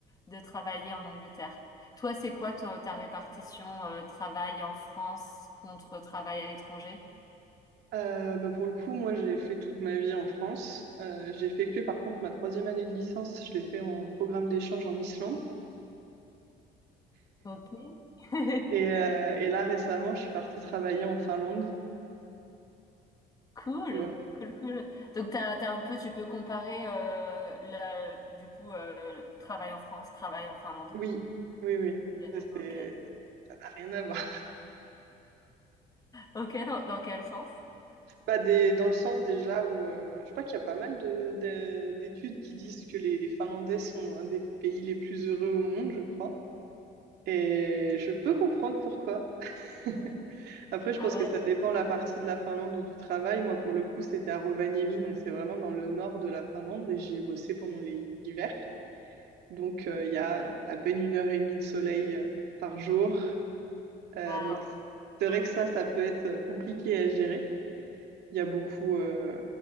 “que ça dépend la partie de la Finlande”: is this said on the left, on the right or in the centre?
Right